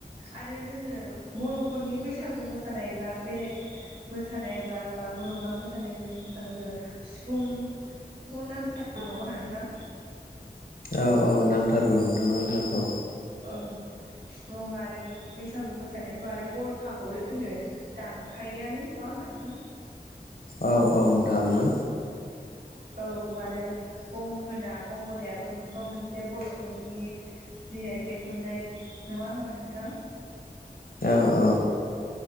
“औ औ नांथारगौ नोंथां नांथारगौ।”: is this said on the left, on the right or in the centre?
Left